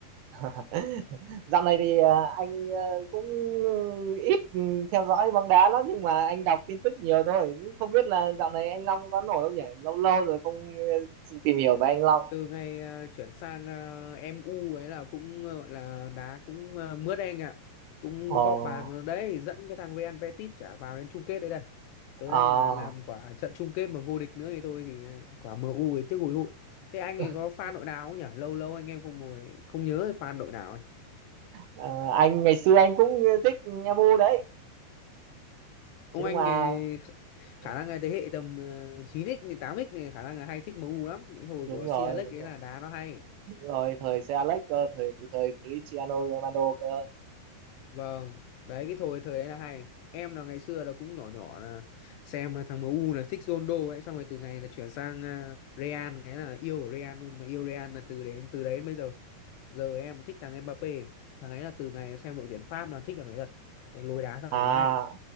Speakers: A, on the right; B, on the left.
A: <laughs> Dạo này thì à, anh ờ, cũng ừ, ít ừ, theo dõi bóng đá lắm nhưng mà anh đọc tin tức nhiều thôi. Không biết là dạo này anh Long có nổi không nhỉ? Lâu lâu rồi không ờ, tìm hiểu về anh Long.
B: từ ngày ờ, chuyển sang ờ, MU ấy là cũng ờ, gọi là đá cũng uh, mướt anh ạ cũng
A: Ồ,
B: góp bàn vào đấy dẫn cái thằng Real Betis trả vào đến chung kết đấy đây tới
A: à,
B: đây là làm quả trận chung kết mà vô địch nữa thì thôi thì ờ, quả MU ấy tiếc hùi hụi thế anh
A: <laughs>
B: ấy có fan đội nào không nhỉ lâu lâu anh em không ngồi không nhớ fan đội nào ấy.
A: Ờ, anh ngày xưa anh cũng thích Nha Mu đấy,
B: ông
A: nhưng
B: anh
A: mà
B: ờ, kh- khả
A: ừ,
B: năng là thế hệ tầm uh, 9x tám x này khả năng là hay thích MU lắm cái hồi
A: đúng
B: của
A: rồi,
B: Sir Alex
A: đúng
B: ấy
A: rồi.
B: là đá nó hay
A: Đúng rồi, thời xe Alex cơ, thời từ thời Cristiano Ronaldo cơ.
B: Vâng, đấy cái thời thời đấy là hay. Em là ngày xưa là cũng nhỏ nhỏ là xem thằng em u là thích Ronaldo ấy, xong rồi từ ngày là chuyển sang à, Real cái là yêu ở Real luôn mà yêu Real là từ đến từ đấy đến bây giờ. Giờ em thích thằng Mbappé, thằng ấy là từ ngày xem đội tuyển Pháp là thích thằng ấy thật. Cái lối đá thằng
A: à
B: này nó hay.